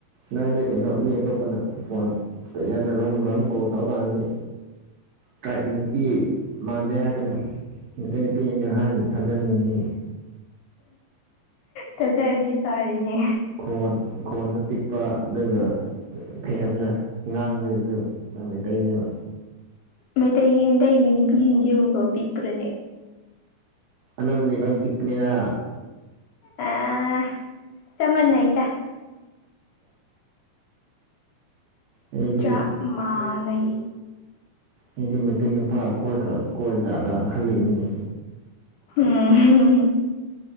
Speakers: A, on the right; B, on the left.
A: ꯅꯪꯖꯦ ꯀꯩꯅꯣ ꯃꯤ ꯑꯇꯣꯞꯄꯅ ꯐꯣꯟ ꯀꯔꯤ ꯍꯥꯏꯁꯦꯔ ꯔꯣꯜ ꯅꯝꯕꯔ ꯑꯃꯨꯛ ꯀꯣꯜ ꯇꯧꯔꯀꯥꯟꯗꯗꯤ ꯇ꯭ꯔꯥꯏꯞꯀꯤ ꯅꯨꯄꯤ ꯃꯥꯟꯗꯦ ꯍꯥꯏꯔꯛꯀꯅꯤ ꯃꯇꯩ ꯅꯨꯄꯤꯅꯦ ꯍꯥꯏꯅ ꯊꯥꯖꯒꯅꯤ ꯃꯤ
B: ꯊꯖꯔꯗꯤ ꯐꯔꯦꯅꯦ
A: ꯈꯣꯟ ꯈꯣꯟꯁꯨ ꯄꯤꯛꯄ ꯑꯗꯨꯒ ꯀꯩ ꯍꯥꯏꯁꯤꯔ ꯉꯥꯡꯕꯗꯖꯨ ꯌꯥꯝ ꯃꯩꯇꯩꯅꯦꯕ
B: ꯃꯩꯇꯩ ꯃꯩꯇꯩꯒꯤ ꯅꯨꯄꯤꯁꯤꯡꯁꯦ ꯃꯈꯣꯜ ꯄꯤꯛꯄꯔꯥꯅꯦ
A: ꯑꯅꯝꯕꯗꯤ ꯂꯣꯏ ꯄꯤꯛꯄꯅꯦꯗ
B: ꯑꯥ ꯑꯥ ꯆꯞ ꯃꯅꯩꯗ
A: ꯑꯩꯗꯤ
B: ꯆꯞ ꯃꯥꯅꯩ
A: ꯑꯩꯗꯤ ꯃꯩꯇꯩ ꯅꯨꯄꯥ ꯀꯣꯏꯈ꯭ꯔ ꯀꯣꯏꯕ ꯖꯥꯠꯂꯥꯅ ꯈꯜꯂꯤ ꯅꯤꯅꯦ
B: ꯎꯝ